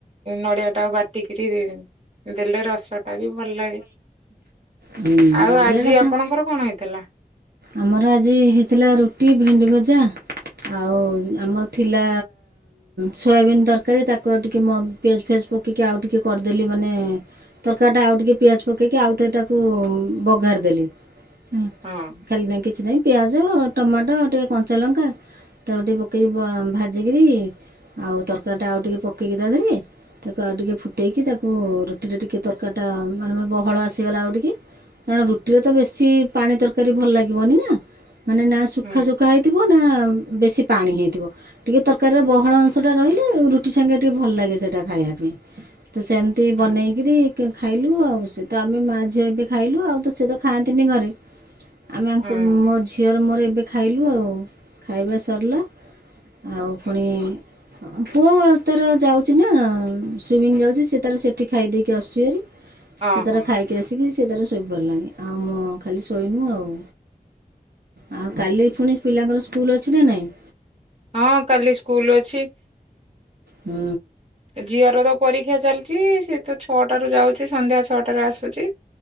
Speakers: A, on the right; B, on the right.
A: ନଡିଆ ଟା ବାଟିକିରି ଦେଲେ ରସଟା ଭାରି ଭଲ ଲାଗେ। <inaudible>
B: ହୁଁ
A: ଆଉ
B: ନଡ଼ିଆଟା
A: ଆଜି
B: ତ
A: ଆପଣଙ୍କର କଣ ହେଇଥିଲା।
B: ଆମର ଆଜି ହେଇଥିଲା ରୁଟି ଭେଣ୍ଡି ଭଜା ଆଉ ଆମର ଥିଲା ସୋୟାବିିନ ତରକାରୀ। ତାକୁ ଆଉ ଟିକେ ପିଆଜ ଫିଆଜ ପକାଇକି ଆଉ ଟିକେ କରିଦେଲି ମାନେ ଖଟା ଟା ଆଉ ଟିକେ ପିଆଜ ପକେଇକି ଆଉଥରେ ତାକୁ ବଘାର ଦେଲି। ହୁଁ
A: ହଁ
B: ଖାଲି ନାହିଁ କିଛି ନାହିଁ ପିଆଜ ଟମାଟ ଟିକେ କଞ୍ଚାଲଙ୍କା ତାକୁ ଟିକେ ପକେଇବା ଭାଜିକିରି ଆଉ ତରକାରୀଟା ଆଉ ଟିକେ ପକେଇକି ତାଧେରେ ତାକୁ ଆଉ ଟିକେ ଫୁଟେଇକି ତାକୁ ରୁଟିରେ ଟିକେ ତର୍ କାରଟା ମାନେ ମା ବହଳ ଆସିଗଲା ଆଉ ଟିକେ। କାରଣ ରୁଟିରେ ତ ବେଶୀ ପାଣି ତରକାରୀ ଭଲ ଲାଗିବନି ନା ମାନେ ନା ସୁୁଖା
A: ହୁଁ
B: ସୁୁଖା ହେଇ ଥିବ ନା ବେଶୀ ପାଣି ହେଇଥିବ। ଟିକେ ତରକାରୀରେ ବହଳ ଅଂଶଟା ରହିଲେ ରୁଟି ସାଙ୍ଗେରେ ଟିକେ ଭଲ ଲାଗେ ସେଇଟା ଖାଇଆ ପେଇଁ ତ ସେମ୍ ତି
A: ହୁଁ
B: ବନେଇକିରି କି ଖାଇଲୁ ଆଉ ସେ ତ ଆମେ ମା ଝିଅ ଏବେ ଖାଇଲୁ ଆଉ ତ ସେ ତ ଖାଆନ୍ତିନି ଘରେ। ଆମେ ୟାଙ୍କୁ
A: ହୁଁ
B: ମୋ ଝିଅର ମୋର ଏବେ ଖାଇଲୁ ଆଉ। ଖାଇବା ସରଲା ଆଉ ଫୁଣି ଆଁ ପୁଅ ଆଉ ତାର ଯାଉଚି ନା ସୁ୍ ଟ୍ରିମିଂ ଯାଉଛି ସିଏ ତାର ସେଠି ଖାଇ ଦେଇକି ଆସୁଛି ଭାରି
A: ହଁ
B: ସିଏ ତାର
A: ହଁ
B: ଖାଇ କି ଆସିକିରି ସିଏ ତାର ଶୋଇପଡିଲାଣି ଆଉ ମୁଁ ଖାଲି ଶୋଇନୁ ଆଉ। ଆଉ କାଲି ଫୁଣି ପିଲାଙ୍କର ସ୍କୁଲ ଅଛି ନା ନାଇଁ?
A: ହଁ କାଲି ସ୍କୁଲ ଅଛି।
B: ହଁ।
A: ଏ ଜିଅର ତ ପରିକ୍ଷା ଚାଲିଚି ସିଏ ତ ଛଅଟାରୁ ଯାଉଛି ସନ୍ଧ୍ୟା ଛଅଟାରେ ଆସୁଚି।